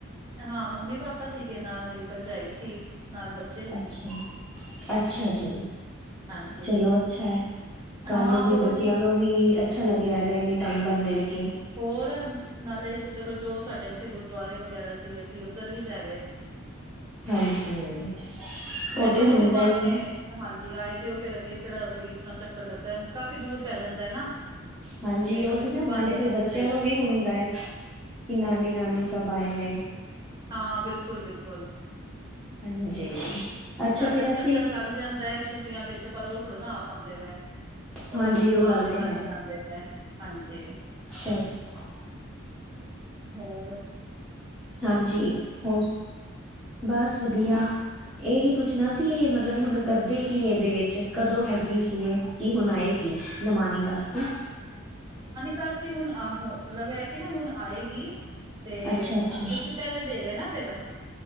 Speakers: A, on the right; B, in the centre.
A: ਹਾਂ, ਮੰਮੀ -ਪਾਪਾ ਸੀਗੇ ਨਾਲ ਮੇਰੀ ਭਰਜਾਈ ਸੀ, ਨਾਲ ਬੱਚ
B: ਅੱਛਾ, ਅੱਛਾ ਜੀ।
A: ਹਾਂਜੀ
B: ਚਲੋ ਅੱਛਾ ਐ। ਤੁਆਨੂੰ
A: ਹਾਂ
B: ਵੀ
A: ਹੋਰ
B: ਬੱਚਿਆਂ
A: ਕੀ
B: ਨੂੰ ਵੀ ਅੱਛਾ ਲੱਗਿਆ ਹੋਏਗਾ ਇੰਨੇ ਟਾਈਮ ਬਾਦ ਮਿਲ ਕੇ‌।
A: ਹੋਰ, ਨਾਲੇ ਚਲੋ ਜੋ ਸਾਡੇ ਐਥੇ ਗੁਰਦੁਆਰੇ ਵਗੈਰਾ ਸੀ ਅਸੀਂ ਉੱਧਰ ਵੀ ਲੈ ਗਏ।
B: ਹਾਂਜੀ,
A: ਮੈਂ
B: ਓ
A: ਕਿਹਾ
B: ਤੇ
A: ਨਹੀਂ
B: ਹੁੰਦਾ
A: ਸੀ ਬਹਾਨੇ
B: ਈ ਏ ਨਾ।
A: ਹਾਂਜੀ, ਆਏ ਦੇ ਓ ਫੇਰ ਅੱਗੇ ਕੇੜਾ ਕੋਈ ਇਸ ਤਰ੍ਹਾਂ ਚੱਕਰ ਲੱਗਦੈ, ਕਾਫ਼ੀ ਦੂਰ ਪੈ ਜਾਂਦਾ ਐ ਨਾ।
B: ਹਾਂਜੀ
A: ਤੇ ਚਲੋ
B: ਉਹੀ
A: ਇਸੀ
B: ਨਾ
A: ਬਹਾਨੇ
B: ਨਾਲੇ ਫੇਰ
A: ਨਾਲ
B: ਬੱਚਿਆਂ
A: ਹੀ ਸਹੀ
B: ਨੂੰ ਵੀ ਹੁੰਦਾ ਏ ਕਿ ਨਾਨੀ - ਨਾਨੂ
A: ਹਾਂ,
B: ਸਭ ਆਏ ਨੇ।
A: ਹਾਂ ਬਿਲਕੁਲ- ਬਿਲਕੁਲ।
B: ਹਾਂਜੀ। ਅੱਛਾ
A: ਸਾਡਾ
B: ਵੈਸੇ
A: ਤੇ ਚੱਕਰ ਲੱਗ ਜਾਂਦੈ ਛੁੱ ਛੁੱਟੀਆਂ ਵਿੱਚ ਪਰ ਓ ਥੋੜੇ ਨਾ ਆ ਪਾਂਦੇ ਨੇ,
B: ਹਾਂਜੀ
A: ਓ ਤੇ ਕਿਸੇ
B: ਉਹ
A: ਬਆਨੇ
B: ਗੱਲ ਤੇ
A: ਨਾਲ
B: ਹੈ।
A: ਈ ਆਂਦੇ ਨੇ, ਹਾਂਜੀ।
B: ਸਹੀ ਹੈ।
A: ਹੋਰ‌?
B: ਹਾਂਜੀ। ਹੋਰ, ਬਸ ਵਧੀਆ। ਏਹੀ ਪੁੱਛਨਾ ਸੀ ਏ ਮਤਲਬ ਹੁਨ ਕਰਦੇ ਕੀ ਐਦੇ ਵਿੱਚ, ਕਦੋਂ ਹੈਗੀ ਸੀ ਏ? ਕੀ ਹੁਣ ਆਏਗੀ ਨਮਾਨੀ ਕਾਸਤੀ
A: ਕਾਸਤੀ ਹੁਣ ਆਹੋ ਮਤਲਬ ਇਹ ਕਿ ਨਾ ਹੁਣ ਆਏਗੀ ਤੇ
B: ਅੱਛਾ ਅੱਛਾ
A: ਕਿਉਂਕਿ ਪਹਿਲੇ ਦੇ ਗਏ ਨਾ ਫੇਰ